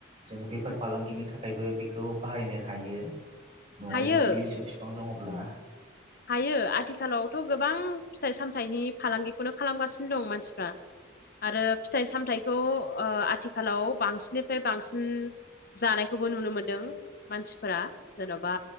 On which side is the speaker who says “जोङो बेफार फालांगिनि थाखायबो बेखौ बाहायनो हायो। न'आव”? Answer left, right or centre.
Right